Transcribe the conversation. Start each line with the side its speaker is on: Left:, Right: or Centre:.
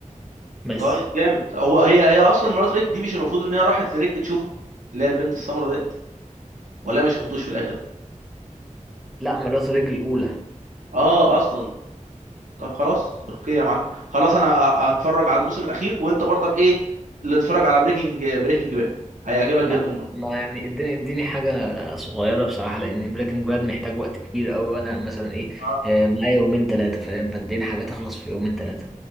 Centre: بس
Right: طيب جامد هو هي هي اصلا مرات ريك دي مش المفروض ان هي راحت لريك تشوفه اللي هي البنت السمراء ديت ولا ما شافتوش في الاخر
Centre: لا مرات ريك الاولى
Right: اه اصلا طب خلاص اوكي يا معلم خلاص انا ه- ه- هتفرج على الموسم الاخير وانت برضك ايه اللي اتفرج على بريكنج بريكنج باد هيعجبك
Centre: لا
Right: جدا برضه
Centre: ما يعني اديني اديني حاجة صغيرة بصراحة لأن بريكنج باد محتاج وقت كبير أوي وأنا مثلا إيه
Right: اه
Centre: آه، معايا يومين تلاتة فاهم فاديني حاجة تخلص في يومين تلاتة